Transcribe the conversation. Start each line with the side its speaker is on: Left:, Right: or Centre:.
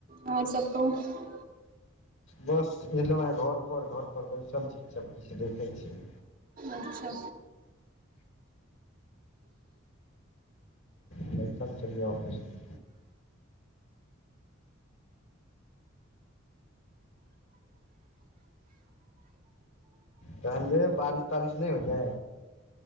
Right: आओर सभ कहू '
Left: बस एयलहुँ है घर पर घर पर बैसल छी सभ कछु देखैत छी
Right: अच्छा
Left: लस चल जाए ऑफिस <unintelligible> तहन जे बारिश तारिश नहि हो यै